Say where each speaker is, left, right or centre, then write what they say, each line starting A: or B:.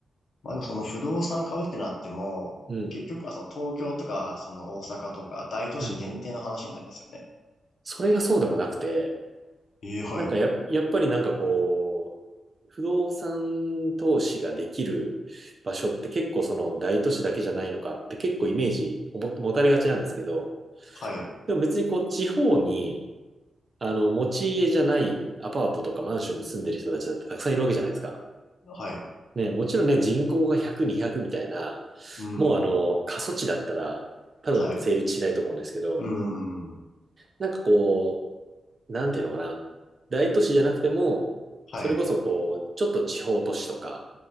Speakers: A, on the left (about 65°); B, on the right (about 30°).
A: まあでもその不動産買うってなっても、
B: うん。
A: 結局はその東京とか、その大阪とか、大都市限定の話になりますよね。
B: うんうん。それがそうでもなくて、
A: ええ、はい。
B: なんかや、やっぱりなんかこう、不動産投資ができる場所って結構その大都市だけじゃないのかって結構イメージをも持たれがちなんですけど、
A: はい。
B: でも別にこう地方にあの持ち家じゃないアパートとかマンションに住んでる人たちだってたくさんいるわけじゃないですか。
A: はい。
B: ね、もちろんね人口が100、200みたいな、
A: うん。
B: もうあの過疎地だったら多分成立しないと思うんですけど、
A: はい。うん。
B: なんかこなんていうのかな。大都市じゃなくても、
A: はい。
B: それこそこう、ちょっと地方都市とか、